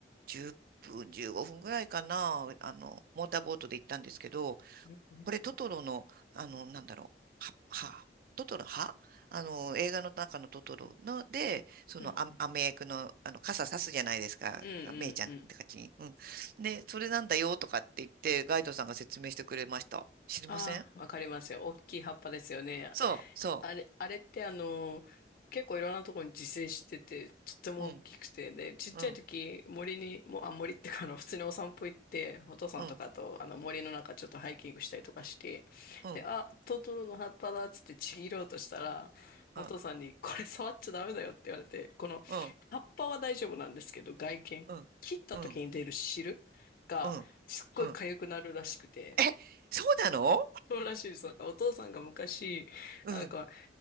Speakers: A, on the right; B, on the left.
A: 10分、15分ぐらいかな、あの、モーターボートで行ったんですけど、
B: うんうん、
A: これトトロの、あの、なんだろう、は、は、トトロ、はあの、映画の中のトトロので、そのア、
B: うんうん、
A: アメ役の、あの、傘さすじゃないですか、
B: うんうん。
A: メイちゃんって感じに。
B: うん
A: うん。で、それなんだよとかって言って、ガイドさんが説明してくれました。知りません
B: ああ、わかりますよ。大きい葉っぱですよね。
A: そう、そ
B: あれ、あれってあの、結構いろんなところに自生してて、とっても大きくて、
A: う。うん、
B: で、ちっちゃい時、
A: うん、
B: 森に、もう、あ、森ってか、あの、普通にお散歩行って、お父さんとかと、
A: うん、
B: あの、森の中ちょっとハイキングしたりとかして、
A: うん、
B: で、あ、トトロの葉っぱだっつってちぎろうとしたら、お父さんに、
A: うん、
B: これ触っちゃダメだよって言われて、この、
A: うん、
B: 葉っぱは大丈夫なんですけど、外見、
A: うん、
B: 切った時に出る汁が、
A: うん、うん。
B: すっごい痒くなるらしくて、
A: うんえ、そうなの
B: そうらしいです。なんかお父さんが昔、
A: うん、
B: なんか、